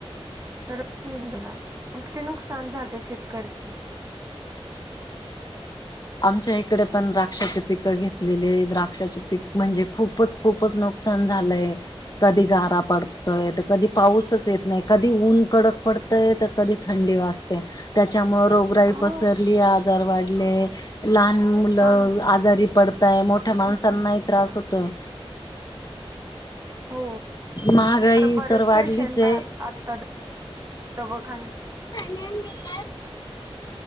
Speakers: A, on the right; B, on the left.
A: रसच निघून जाणार, किती नुकसान झाले शेतकऱ्याचे.
B: आमच्या इकडे पण द्राक्षांचे पिकं घेतलेले, द्राक्षाचे पीक म्हणजे खूपचं. खूपच नुकसान झालंय. कधी गारा पडतंय, तर कधी पाऊसच येत नाही. कधी ऊन कडक पडतं. कधी थंडी वाजते त्यांच्यामुळ. रोगराई
A: हो
B: पसरली ये आजार वाढले, लहान मुलं
A: हा
B: आजारी पडतं. मोठ्या माणसांनाही त्रास होतोय.
A: हो
B: महागाई
A: आता बरेच
B: तर वाढलीच
A: पेशंट
B: आहे.
A: आ आता दवाखान्याला.
B: <unintelligible>